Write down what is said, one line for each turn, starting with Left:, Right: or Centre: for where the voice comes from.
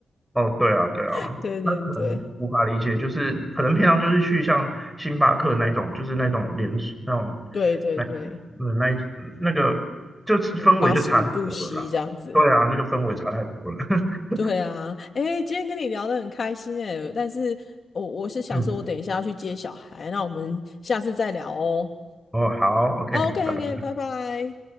Centre: 哦，对啊，对啊，
Left: <laughs> 对对对
Centre: 那可能无法理解，就是可能平常就是去像星巴克那一种，就是那种连锁那种
Left: 对对对，
Centre: 那呃那一那个就是氛围就差太多了啦。
Left: 嗯，八十五度 C 这样子。
Centre: 对啊，那个氛围差太多了。<laughs>
Left: 对啊，哎，今天跟你聊得很开心哎，但是我我是想说，
Centre: 嗯，
Left: 我等一下要去接小孩，那我们下次再聊哦。
Centre: 哦，好，OK，
Left: OK
Centre: 拜拜。
Left: OK，拜拜。